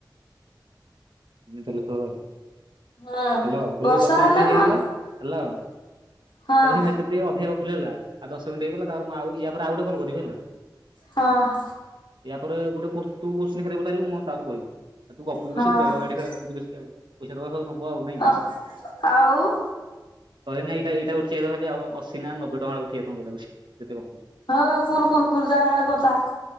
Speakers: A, on the right (about 85°); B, on the left (about 80°).
A: ଏମିତି ତାହେଲେ ଖେଳ।
B: ହୁଁ
A: ହାଲୋ କହିଲି
B: ବର୍ଷା
A: ଦଶ
B: ହେଲେ
A: ମିନିଟ୍ ହେଇଗଲା
B: ମା
A: ହାଲୋ
B: ହଁ
A: କହିଲି ନାଇଁ ଅଧିକା ଗପିଲି ହେଲା ଆଉ ଦଶ ମିନିଟ୍ ହେଇଗଲା ତାପରେ ମୁଁ ଇୟା ପରେ ଆଉ ଗୋଟେ କଲ୍ କରିବି ହେଲା।
B: ହଁ।
A: ଇୟାପରେ ଗୋଟେ ତୁ କୋଶ୍ଚିିନ ପଚାରିବୁ ମୁଁ ତାପରେ କହିବି। ଆଉ ତୁ ଗପୁଚୁ
B: ହଁ
A: ବସିକି ଆଉ ରେଳ ଗାଡି ଖେଳ ପଇସା ଦବ ନବୁ ଆଉ ନାଇଁ କି।
B: ଓ ଆଉ
A: ଶହେ ନା ଏଇଟାଏଇ ଉଠେଇଆ ଦେବ ଖାଲି ନା ଅଶି ନା ନବେ ଟଙ୍କା ଉଠେଇ <unintelligible>
B: ହଁ ଖୁଲ୍ ଖୁଲ ଖୁଲ ଯା ହେଡ଼ କଥା